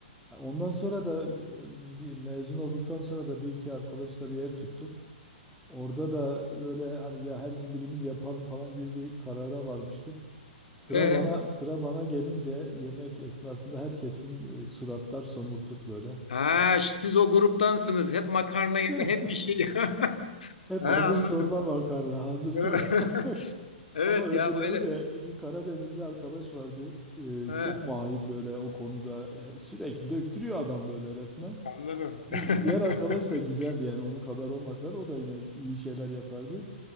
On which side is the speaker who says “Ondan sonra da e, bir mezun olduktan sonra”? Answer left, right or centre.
Centre